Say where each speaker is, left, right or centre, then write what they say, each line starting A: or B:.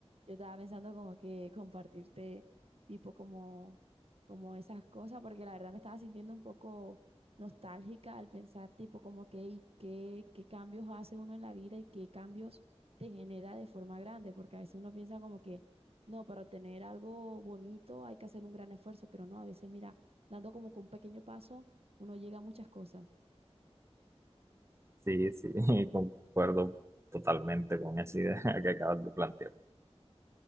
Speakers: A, on the right (about 65°); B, on the right (about 25°).
A: Yo estaba pensando como que compartirte tipo como, como esas cosas, porque la verdad me estaba sintiendo un poco nostálgica al pensar tipo como que y qué, qué cambios hace uno en la vida y qué cambios te genera de forma grande, porque a veces uno piensa como que no, para obtener algo bonito hay que hacer un gran esfuerzo, pero no, a veces mira, dando como que un pequeño paso, uno llega a muchas cosas.
B: Sí, sí, <laughs> concuerdo totalmente con esa idea <laughs> que acabas de plantear.